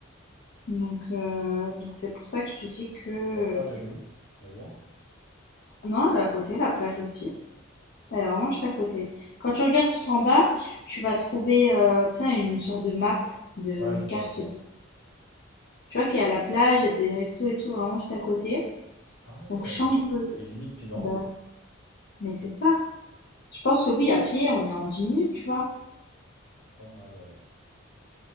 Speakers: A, on the left (about 50°); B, on the left (about 65°).
A: Donc, heu, donc c'est pour ça que je te dis que
B: Et la plage, elle est où? Elle est loin?
A: non, elle est à côté la plage aussi. Elle est vraiment juste à côté. Quand tu regardes tout en bas, tu vas trouver, heu, tu sais, une sorte de map, de
B: Ouais,
A: une
B: je vois,
A: carte
B: je vois.
A: de tu vois qu'il y a la plage, il y a des restos et tout vraiment juste à côté.
B: Ah ouais,
A: Donc chambre,
B: c'est limite pied dans
A: bah,
B: l'eau.
A: mais c'est ça. Je pense que oui, à pied, on est en 10 minutes, tu vois?
B: Pas mal, ouais.